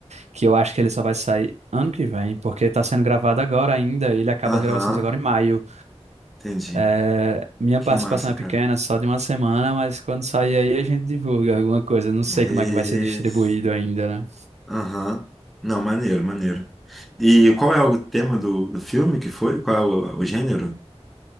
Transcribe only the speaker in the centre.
Aham,
entendi.
Que
massa,
cara.
Mas...
Aham. Não, maneiro, maneiro. E qual é o tema do, do filme que foi? Qual é o, o gênero?